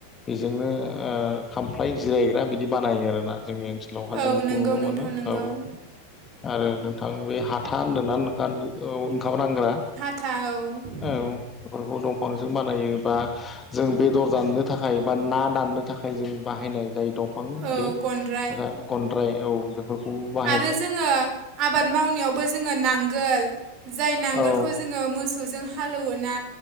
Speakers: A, on the left; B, on the right.
A: इजोंनो ओ खामफ्लाय जिरायग्रा बिदि बानायो आरोना जोंनि ओनसोलावहा
B: औ
A: जों बिखौ
B: नोंगौ
A: नुनो
B: नोंथां
A: मोनो
B: नोंगौ
A: औ आरो नोंथां बे हाथा होनदोंना <unintelligible> औ ओंखाम रानग्रा
B: था औ
A: औ बेफोरखौ दंफांजों बानायो बा जों बेदर दाननो था थाखाय बा ना दाननो थाखाय जों बाहायनाय जाय दंफां
B: औ
A: बे
B: गनद्राय
A: गनद्राय औ बेफोरखौ बा
B: आरो जोङो आबाद मावनायावबो जोङो नांगोल जाय नांगोलखौ
A: औ
B: जोङो मोसौजों हालौवोना